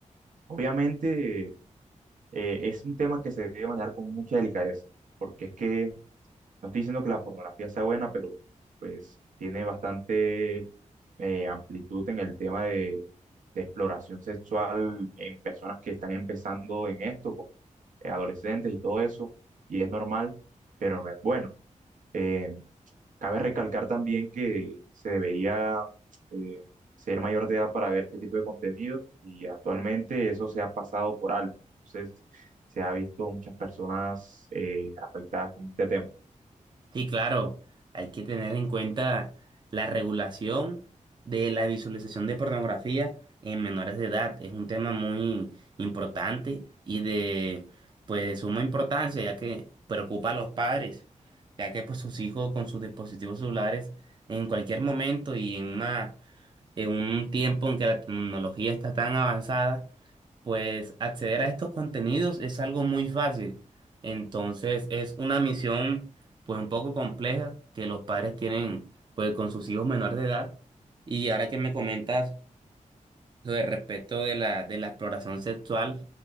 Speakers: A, on the right; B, on the right.
A: obviamente, eh, es un tema que se debe manejar con mucha delicadeza, porque es que no estoy diciendo que la pornografía sea buena, pero pues tiene bastante eh, amplitud en el tema de, de exploración sexual en personas que están empezando en esto, como eh, adolescentes y todo eso, y es normal, pero no es bueno. Eh, cabe recalcar también que se debería eh, ser mayor de edad para ver este tipo de contenido y actualmente eso se ha pasado por alto. Entonces, se ha visto muchas personas eh, afectadas con este tema.
B: Sí, claro, hay que tener en cuenta la regulación de la visualización de pornografía en menores de edad. Es un tema muy importante y de pues de suma importancia, ya que preocupa a los padres, ya que pues sus hijos con sus dispositivos celulares en cualquier momento y en una en un tiempo en que la tecnología está tan avanzada pues acceder a estos contenidos es algo muy fácil. Entonces es una misión pues un poco compleja que los padres tienen pues con sus hijos menores de edad. Y ahora que me comentas sobre respecto de la, de la exploración sexual,